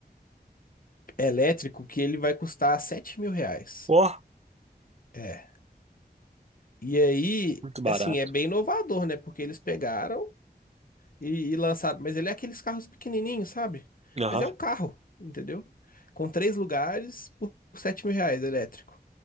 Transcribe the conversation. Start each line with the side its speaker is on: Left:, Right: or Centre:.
Left: elétrico que ele vai custar sete mil reais.
Right: Ó,
Left: É. E aí,
Right: muito barato.
Left: assim, é bem inovador, né? Porque eles pegaram e, e lançado. Mas ele é aqueles carros pequenininhos, sabe?
Right: Aham.
Left: Mas é um carro, entendeu? Com três lugares por sete mil reais elétrico.